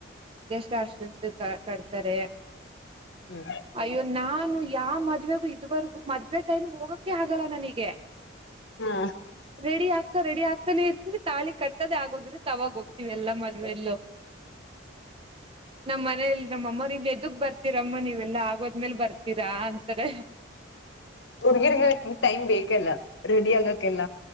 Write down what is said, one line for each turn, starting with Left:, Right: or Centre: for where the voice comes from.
Right: ಎಷ್ಟ ಹರ್ಷಿಣದ್ದ ಕಡ್ತಾರೆ
Left: ಹ್ಮ್
Right: ಅಯ್ಯೋ ನಾನು ಯಾರ್ ಮದ್ವೆಗೂ ಇದುವರೆಗೂ ಮದುವೆ ಟೈಮ್ ಗೆ ಹೋಗಕ್ಕೆ ಆಗಲ್ಲ ನನಗೆ
Left: ಹ್ಮ
Right: ರೆಡಿ ಆಗ್ತಾ ರೆಡಿ ಆಗ್ತಾನೆ ಇರ್ತಿವಿ ತಾಳಿ ಕಟ್ಟೋದೇ ಅಗೋಗಿರ್ ತದೇ ಅವಾಗ ಹೋಗ್ತತಿವಿ ಎಲ್ಲ ಮ ವೆಲ್ಲು ನಮ್ ಮನೇಲಿ ನಮ್ಮಮ್ಮ ಇನ್ ಏದುಕ್ ಬರ್ತೀರಮ್ಮ ನೀವೆಲ್ಲಾ ಆಗೋದ್ಮೇಲ್ ಬರ್ತೀರಾ ಅಂತಾರೆ
Left: ಹುಡ್ಗೀರ್ಗ ಟೈಮ್ ಬೇಕೆಲ್ಲ ರೆಡಿ ಆಗಕೆಲ್ಲ